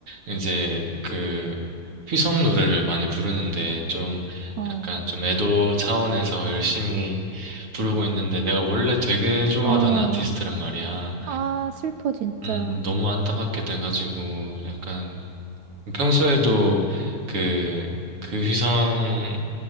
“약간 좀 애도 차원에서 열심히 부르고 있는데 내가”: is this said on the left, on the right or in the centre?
Right